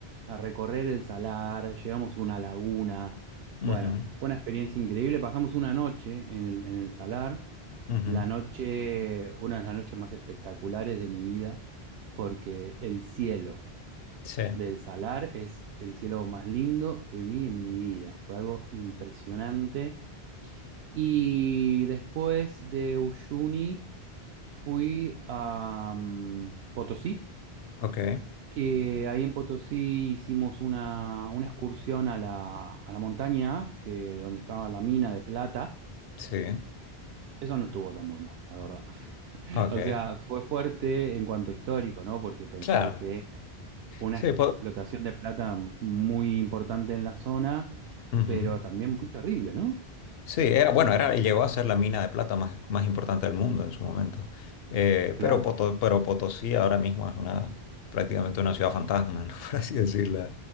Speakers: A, on the right; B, on the left.
A: a recorrer el salar, llegamos a una laguna.
B: ujú,
A: Bueno, fue una experiencia increíble. Pasamos una noche en el, en el Salar,
B: ujú.
A: la noche, una de las noches más espectaculares de mi vida, porque el cielo
B: Sí,
A: del Salar es el cielo más lindo que vi en mi vida. Fue algo impresionante. Y después de Uyuni fui a mm, Potosí,
B: ok,
A: que ahí en Potosí hicimos una, una excursión a la, a la montaña, que, donde estaba la mina de plata.
B: sí,
A: Eso no estuvo tan bueno, la verdad. <laughs>
B: ok.
A: O sea, fue fuerte en cuanto a histórico, ¿no? Porque pensar
B: Claro,
A: que fue una
B: sí,
A: ex- explotación de plata m- muy importante en la zona,
B: puedo.
A: pero también muy terrible, ¿no?
B: Sí, era, bueno, era, llegó a ser la mina de plata más, más importante del mundo en su momento. Eh,
A: Claro,
B: pero, Poto- pero Potosí ahora mismo es una, prácticamente una ciudad fantasma, ¿no? <laughs> Por así decirlo.